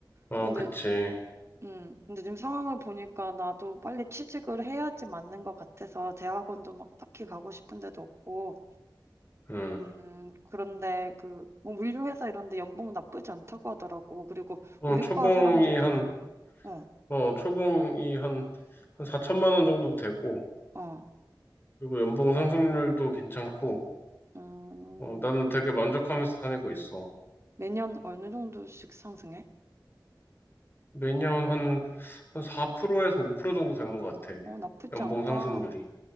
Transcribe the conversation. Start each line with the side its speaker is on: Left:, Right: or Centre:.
Left: 아
Right: 근데
Left: 그치.
Right: 음 근데 지금 상황을 보니까 나도 빨리 취직을 해야지 맞는 것 같아서 대학원도 막 딱히 가고 싶은 데도 없고
Left: 응.
Right: 음 그런데 그 뭐 물류 회사 이런 데 연봉 나쁘지 않다고 하더라고. 그리고
Left: 어,
Right: 우리
Left: 초봉이
Right: 과 사람들도
Left: 한
Right: 많이 가고. 어,
Left: 어, 초봉이 한 4천만 원 정도 되고,
Right: 어.
Left: 그리고 연봉 상승률도 괜찮고,
Right: 음.
Left: 어, 나는 되게 만족하면서 다니고 있어.
Right: 매년 어느 정도씩 상승해?
Left: 매년 한, 한 4%에서 5% 정도 되는 것
Right: 어,
Left: 같아.
Right: 어, 나쁘지
Left: 연봉
Right: 않다.
Left: 상승률이.